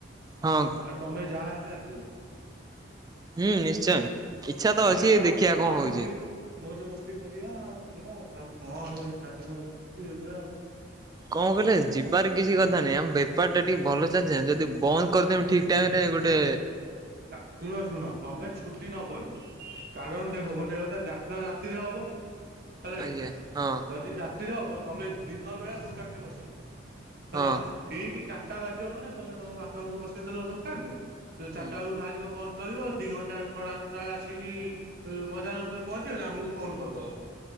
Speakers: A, on the right; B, on the right.
A: ହଁ।
B: ଆଉ ତମେ ଯାହାହଲେ ଆସିବ।
A: ହୁଁ ନିଶ୍ଚୟ। ଇଚ୍ଛା ତ
B: ଯାହାହଲେ
A: ଅଛି
B: ଆସିବ
A: ଦେଖିବା କଣ
B: ଆମେ
A: ହଉଛି।
B: ଟିକେ ମୋଜ ମସ୍ତି କରିବାଉ ଆଉ ଆଉ କଣ ଆଉ ଏଇ ଚାରି ଦିନର ଖୁସି ଏଇଗୁା ଆଉ
A: କଣ କହିଲେ ଯିବାର କିଛି କଥା ନାଇଁ ଆମ ବେପାର ଟା ଟିକେ ଭଲ ଚାଲିଛି ଯଦି ବନ୍ଦ କରିଦେମ ଠିକ୍ ଟାଇମ ରେ ଗୋଟେ
B: ଶୁଣ ଶୁଣ ତମେ ଛୁଟି ନବନି। କାରଣ ଦେଖ ଗୋଟେ କଥା ଯାତ୍ରା ରାତିରେ ହବ ହେଲା
A: ଆଜ୍ଞା
B: କିି
A: ହଁ
B: ଯଦି ରାତିରେ ହବ ତମେ ଦିନ ବେଳା ଦୋକାନରେ ବସିବ। ହେଲା
A: ହଁ
B: ଠିକ ଚାରିଟା ବାଜିବ ମାନେ ତମେ ତମ ବାପାଙ୍କୁ ବସେଇଦେଲ ଦୋକାନରେ
A: ହୁଁ।
B: ଟା ବେଳକୁ ବାହାରିବ ବ ଧରିବ ଦି ଘଣ୍ଟା ସାଢ଼େ ଆଠଟା ଆସିକି ବଜାର ଉପରେ ପହଞ୍ଚିଗଲେ ଆମକୁ ଫୋନ କରଦେବ।